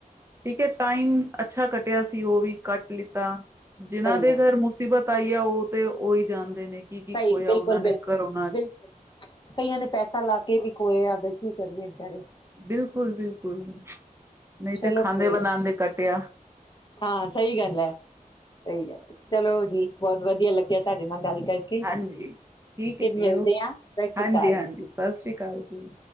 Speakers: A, on the right (about 20°); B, on the left (about 30°).
A: ਠੀਕ ਹੈ ਟਾਈਮ ਅੱਛਾ ਕੱਟਿਆ ਸੀ ਓਹ ਵੀ ਕੱਟ ਲਿੱਤਾ ਜਿਨਾਂ
B: ਸਹੀ
A: ਦੇ
B: ਗੱਲ
A: ਘਰ ਮੁਸੀਬਤ ਪਇਆ ਉਹ ਤੇ ਉਹੀ ਜਾਂਦੇ ਨੇ ਕੀ ਕੀ
B: ਸਹੀ
A: ਖੋਇਆ
B: ਬਿਲਕੁਲ,
A: ਉਹਨਾਂ ਨੇ
B: ਬਿਲਕੁਲ,
A: ਕਰੋਨਾ ਚ
B: ਬਿਲਕੁਲ ਕਈਆਂ ਨੇ ਪੈਸਾ ਲਾ ਕੇ ਕੋਈ ਆ ਕਿ ਕਰੀਏਾਰੇ
A: ਬਿਲਕੁਲ ਬਿਲਕੁਲ ਨਹੀਂ ਤੇ
B: ਚਲੋ
A: ਖਾਂਦੇ
B: ਕੋਈ
A: ਬਣਾਉਦੇ ਕੱਟ ਪਿਆ
B: ਹਾਂ ਸਹੀ ਗੱਲ ਹੈ ਸਹੀ ਗੱਲ ਚਲੋ ਜੀ ਬਹੁਤ ਵਧੀਆ ਲੱਗੇ ਤੁਹਾਡੇ ਨਾਲ ਗੱਲ ਕਰਕੇ
A: ਹਾਂਜੀ ਠੀਕ
B: ਫਿਰ
A: ਹੈ ਜੀ
B: ਮਿਲਦੇ
A: ਓ
B: ਹਾਂ ਸਤਿ ਸ਼੍ਰੀ
A: ਹਾਂਜੀ
B: ਅਕਾਲ
A: ਹਾਂਜੀ ਸਤਿ ਸ੍ਰੀ ਅਕਾਲ ਜੀ